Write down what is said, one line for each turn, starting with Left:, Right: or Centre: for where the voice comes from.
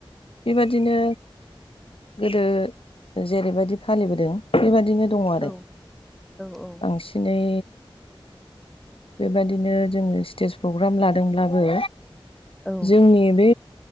Left: बेबादिनो गोदो जेरैबायदि फालिबोदों बेबायदिनो दं आरो
Centre: औ औ
Left: बांसिनै बेबायदिनो जोङो स्टेज प्रग्राम लादोंब्लाबो।
Centre: औ
Left: जोंनि बे